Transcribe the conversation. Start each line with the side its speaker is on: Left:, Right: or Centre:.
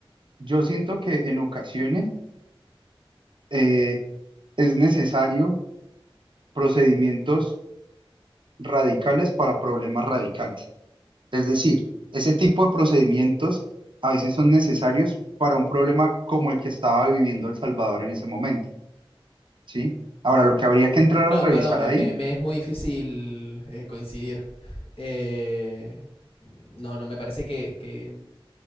Right: yo siento que en ocasiones eh, es necesario procedimientos radicales para problemas radicales. Es decir, ese tipo de procedimientos a veces son necesarios para un problema como el que estaba viviendo El Salvador en ese momento, ¿sí? Ahora, lo que habría que entrar
Left: No,
Right: a revisar
Left: perdón, me,
Right: ahí,
Left: me- me es muy difícil eh, coincidir. Eh, no, no, me parece que, que